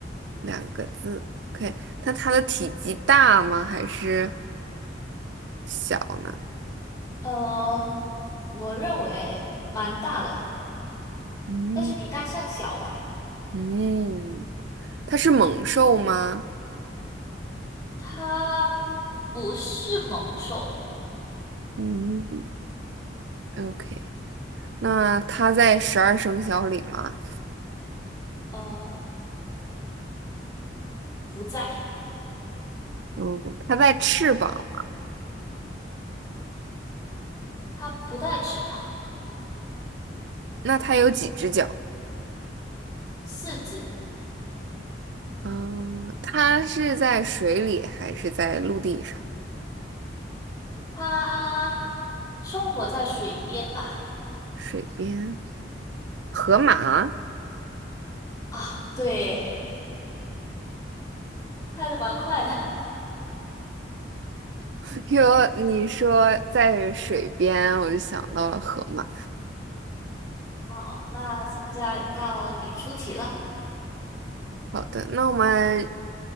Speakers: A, on the right (about 70°); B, on the left (about 20°).
A: 两个字。OK，那它的体积大吗？还是小呢？
B: 呃，我认为蛮大的，
A: 嗯
B: 但是比大象小吧。
A: 嗯，它是猛兽吗？
B: 它不是猛兽，
A: 嗯，OK。那它在十二生肖里吗？
B: 呃，不在，
A: 嗯，它在翅膀，
B: 它不带翅膀，
A: 那它有几只脚？
B: 四肢，
A: 嗯，它是在水里还是在陆地上？
B: 它生活在水边吧？
A: 水边，河马。
B: 啊，对，猜的蛮快的。
A: <laughs> 哟！你说在水边，我就想到了河马。
B: 好，那现在到你出题了，
A: 好的，那我们